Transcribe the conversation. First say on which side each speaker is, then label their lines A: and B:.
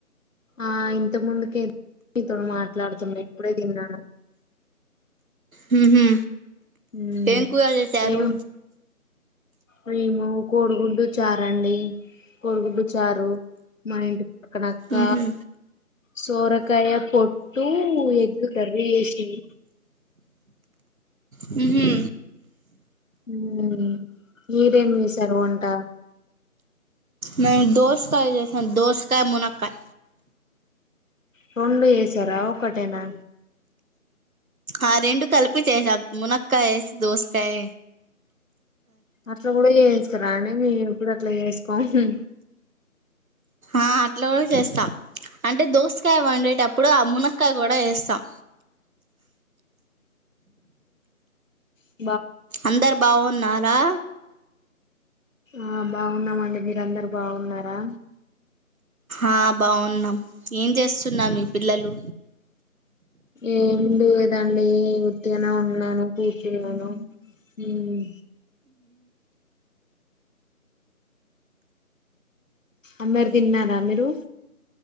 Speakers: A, on the left; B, on the right.
A: ఆ ఇంత ముందుకి ఇతడు మాట్లాడుతుంది ఇప్పుడేతిన్నా
B: హ్మ్ హు
A: మ్మ్
B: ఏం కూర చేశారు
A: ఏం మేము కోడిగుడ్డు చారండి కోడిగుడ్డు చారు మా ఇంటి పక్క అక్క
B: ఉహు
A: సోరకాయ పొట్టు ఎగ్ కర్రీ చేేసింది
B: హ్మ్ హు
A: హ్మ్ మీరేమి చేసారు వంట
B: మేము దోసకాయ చేసాం దోసకాయ మునక్కాయ
A: రెండు చేసారా ఒకటేనా
B: ఆ రెండు కలిపి చేసాం మునక్కాయ వేసి దోసకాయ
A: అట్లా కూడా ఏ చేస్తారనే మీరు ఇప్పుడు అట్లా చేసుకోవాలి
B: అట్లా కూడా చేస్తాం అంటే దోసకాయ వండేటప్పుడు ఆ మునక్కయ కూడా వేస్తాం
A: హ్మ్
B: అందరు బాగున్నారా
A: ఆ బాగున్నామండి మీరందరు బాగున్నారా
B: ఆ బాగున్నాం ఏం చేస్తున్నా మీ పిల్లలు
A: ఏమి లేదండి ఉత్తిగనే ఉన్నాను కూర్చునాను హ్మ్ అందరు తిన్నారా మీరు